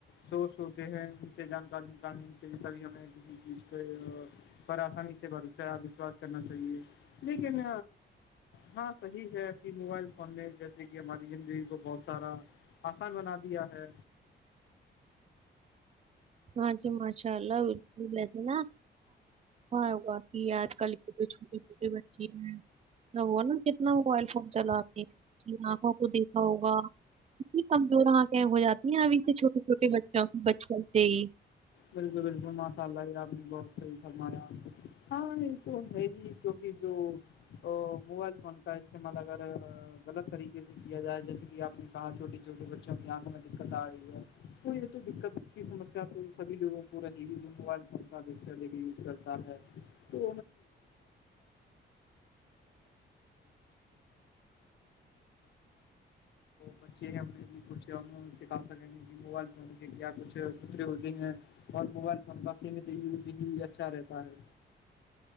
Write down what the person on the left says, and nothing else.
سو سوچے ہیں ان سے جانکاریک چے کر ہمیں کسی چیز کے پر آسانی سے بادوسہ وشواس کرنا چاہیے لیکن ہاں صحیح ہے کہ موبائل فون نے جیسے کہ ہماری زندگی کو بہت سارا آسا بنا دیا ہے
بالکل بالکل ماسء اللہ یہ رب نے بہت صح فرمایا ہاں یہ تو ہے ہی کیونکہ جو تو موبائل فون کا استعمال اگر غلط طریقے سے کیا جائے جیسے کہ آپ نے کہاں چھوٹی چھوٹی بچوں کی آنکھوں میں دقت آ رہی ہے تو یہ تو دقت کی سمیا تو سبھی لوگوں کو رہے گی جو موبائل فون کا دے کے یوز کرتا ہے <inaudible> <inaudible> تو بچے ہیں ہم پھر بھی کچھ ہم سکھا سکیں گے کہ موبائل فون کے کیا کچھ اور موبائل فون کا سیمتری یوز اچھا رہتا ہے